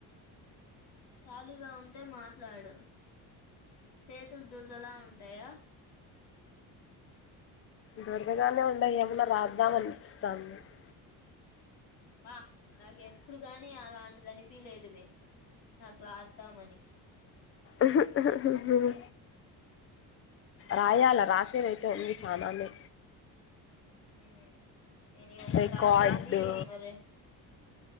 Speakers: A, on the left; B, on the left.
A: ఖాలీగా ఉంటే మాట్లాడు. సెతులుదూర్ధలా ఉంటాయా?
B: దొరదగానే ఉండయి గాని మరి రాద్దాం అనిపిస్తది నాకు
A: వహ నాక్ ఎప్పుడు కగాని అలాంటిది అనిపిలేదు మె నాక్ రాద్దామని
B: ఉహు హుహుహు రాయాల రాసేదైతే ఉంది చానానే
A: మ్ నేను ఒక
B: రికార్డు
A: ట్రాసేసి ఇంగవే